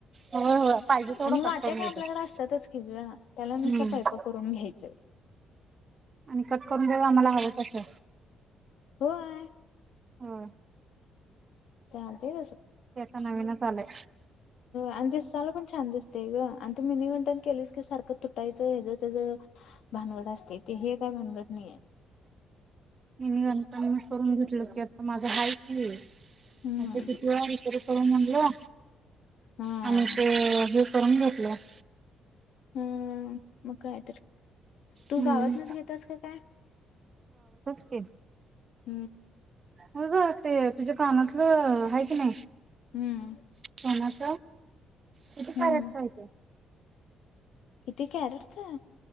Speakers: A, on the right; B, on the left.
A: होय होय पाहिजे तेवढं
B: आणि वाट्या
A: कट करून
B: काय
A: देतात
B: आपल्याकडे असतातच कि त्याला नुसत
A: हम्म
B: पाइपा करून घ्यायचं
A: आणि कट करून देऊ आम्हाला हवं तसं
B: होय
A: होय
B: चालतय
A: ते आता नवीनच आलय
B: अज साला पण छान असतेय ग आणि त म मिन घंटन केलीस की सारखं तुटायचं ह ज त्याच भानगड असते ते हे काय भानगड नाही आहे
A: मिनी गंठण करून घेतलं की आता माझं हाय की मता
B: हम्म.
A: ततीतर सळ मंदलं
B: हा
A: आणि ते करून घेतलं <inaudible>
B: हम्म मग काय तू
A: हम्म
B: गावातनच घेतस का काय
A: क
B: ह
A: होय ग ते तुझ्या कानातलं हाय की नाही
B: हम्म
A: कोणाच किती कॅरेटच
B: हम्म
A: हाय ते
B: किती कॅरेटच